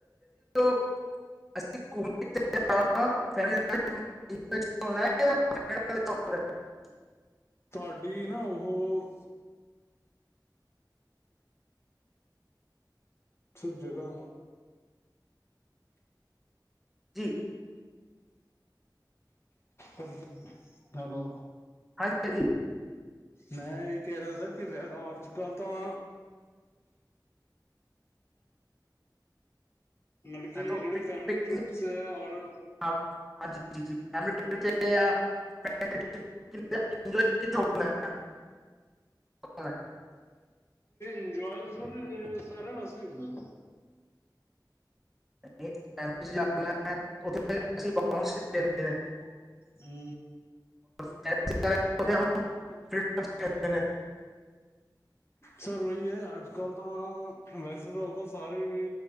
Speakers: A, in the centre; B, on the left.
A: <unintelligible> <unintelligible> <unintelligible>
B: ਤੁਹਾਡੀ ਨਾ ਉਹ <unintelligible> ਨੂੰ
A: ਠੀਕ
B: ਹਾਂਜੀ ਹੈਲੋ
A: ਹਾਂਜੀ ਹਾਂਜੀ
B: ਮੈਂ ਇਹੀ ਕਹਿ ਰਿਹਾ ਸਰ ਕਿ ਅੱਜ ਕੱਲ੍ਹ ਤਾਂ ਮਤਲਬ ਕਿ
A: ਮੈਂ ਤਾਂ
B: ਜਿਹੜੇ
A: ਪਿਕ
B: ਫੈਮਿਲੀ
A: ਪਿਕ
B: ਟ੍ਰਿਪਸ ਹੈ ਔਰ
A: ਆਪ ਹਾਂਜੀ <unintelligible>
B: ਇੰਜੋਏ ਤਾਂ ਸਰ ਸਾਰਾ ਵਾਸਤੇ ਹੁੰਦਾ
A: <unintelligible>
B: ਹੂੰ
A: <unintelligible>
B: ਸਰ ਵਹੀ ਹੈ ਅੱਜ ਕੱਲ੍ਹ ਤਾਂ ਵੈਸੇ ਤਾਂ ਉਹ ਤਾਂ ਸਾਰੇ ਵੀ